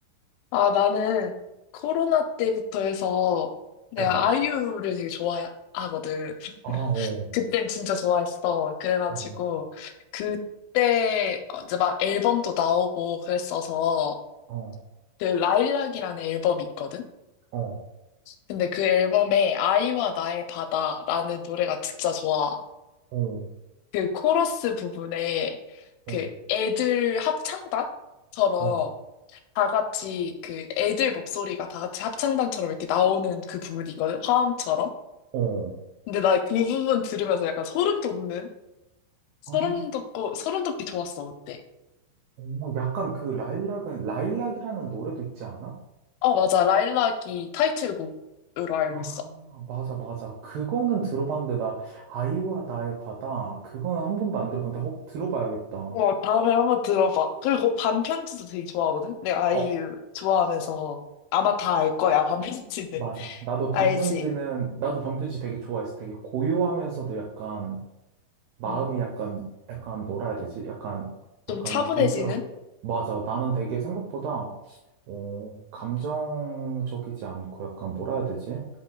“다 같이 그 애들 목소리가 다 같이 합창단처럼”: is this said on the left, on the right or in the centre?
Left